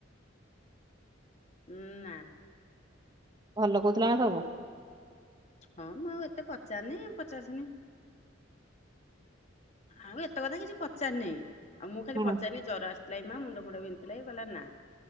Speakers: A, on the left; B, on the right.
A: ଉ ନା।
B: ଭଲ କହୁଥିଲା ବା ସବୁ।
A: ହଁ ମୁଁ ଆଉ ଏତେ ପଚାରେନି, ପଚାରନି ଆଉ ଏତେ କଥା କିଛି ପଚାରିନି। ଆଉ ମୁଁ ଖାଲି
B: ହୁଁ
A: ପଚାରିଲି ଜ୍ୱର ଆସିଥିଲା କି ମା, ମୁଣ୍ଡ ଫୁଣ୍ଡ ବିନ୍ଧୁଥିଲା, କହିଲା ନା।